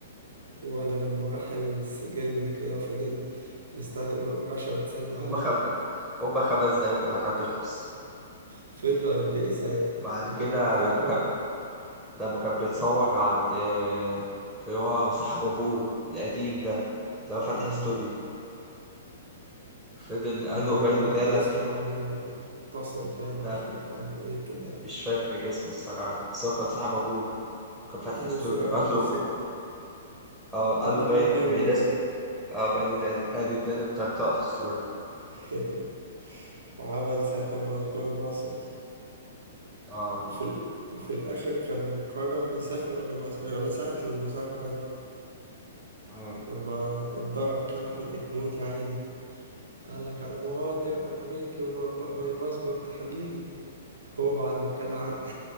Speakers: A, on the right; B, in the centre.
A: ولا لما راح السجل كده فضل مستني يقول له رشا بتسلم عليك
B: هما خمس هما خمس دقايق وكل حاجة هتخلص
A: فضلوا قد إيه ساعتها
B: بعد
A: ده
B: كده
A: فضلوا كتير
B: لما
A: أوي
B: كان لما كان بيتصور عند آه، اللي هو صاحب أبوه القديم ده اللي هو فاتح
A: آه
B: استوديو فضل قال
A: الراجل
B: له باين
A: اللي
B: ودانك
A: كان اسمه عم ناصر باين أو
B: لا
A: مش عارف عم إيه كده
B: مش فاكر اسمه الصراحة بس هو كان صاحب أبوه كان فاتح
A: قال
B: استوديو
A: له صورة أربعة
B: قال له
A: في ستة
B: اه قال
A: أهم
B: له
A: حاجة
B: باين
A: تبين
B: آه،
A: وداني
B: لازم اه باين ودانك ادي وداني مطرطقة في الصورة
A: <laughs> وعمل ساعتها الباسبور المصري
B: اه
A: وفي ال... وفي الآخر كان قرر يسافر ولا ما يسافر ولا ساعة المظاهرة دي
B: اه
A: لما اتضرب كان علقة موت يا عيني قال لك أنا مواطن أمريكي وماي باسبورت حميني هو بعد ما كان علق